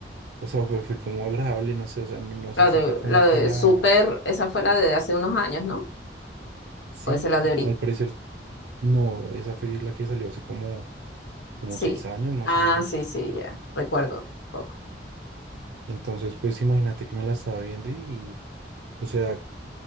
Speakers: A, on the right; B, on the left.
A: o sea, fue, fue como agradable, no sé, o sea, no, no sé
B: La
A: si
B: de,
A: fue como
B: la
A: por
B: de
A: la,
B: Super, esa fue la de hace unos años, ¿no?
A: sí,
B: O esa es la de
A: al parecer no, esa fue la que salió hace como, como
B: Sí.
A: seis años más
B: Ah,
A: o menos.
B: sí, sí, ya. Recuerdo un poco.
A: Entonces, pues imagínate que me la estaba viendo y, o sea,